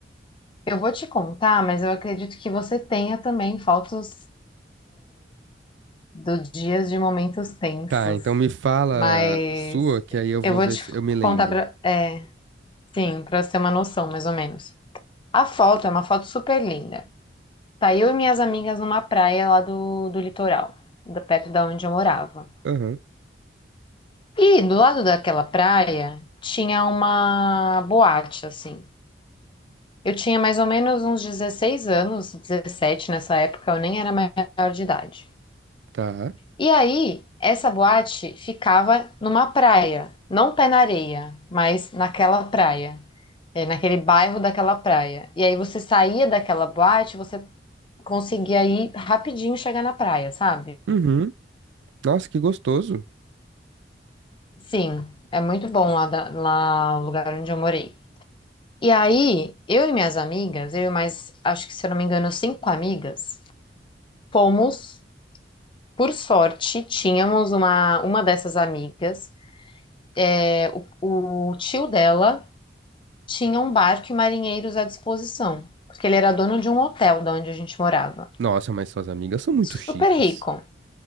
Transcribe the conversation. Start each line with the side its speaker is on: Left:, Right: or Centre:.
Left: Eu vou te contar, mas eu acredito que você tenha também fotos do dias de momentos tensos.
Right: Tá, então me fala
Left: Mas
Right: sua, que aí eu
Left: eu
Right: vou
Left: vou
Right: ver
Left: te
Right: se eu me lembro.
Left: contar para, é, sim, para você ter uma noção, mais ou menos. A foto é uma foto super linda. Tá eu e minhas amigas numa praia lá do, do litoral, da- perto da onde eu morava.
Right: Aham,
Left: E do lado daquela praia tinha uma boate, assim. Eu tinha mais ou menos uns 16 anos, 17 nessa época, eu nem era maior de idade.
Right: tá.
Left: E aí, essa boate ficava numa praia, não pé na areia, mas naquela praia, é, naquele bairro daquela praia. E aí você saía daquela boate, você conseguia ir rapidinho chegar na praia, sabe?
Right: Uhum. Nossa, que gostoso.
Left: Sim, é muito bom lá, da- lá no lugar onde eu morei. E aí, eu e minhas amigas, eu e mais, acho que se eu não me engano, cinco amigas, fomos, por sorte, tínhamos uma, uma dessas amigas, é, o tio dela tinha um barco e marinheiros à disposição, porque ele era dono de um hotel da onde a gente morava.
Right: Nossa, mas suas amigas são muito
Left: Super
Right: chiques.
Left: rico,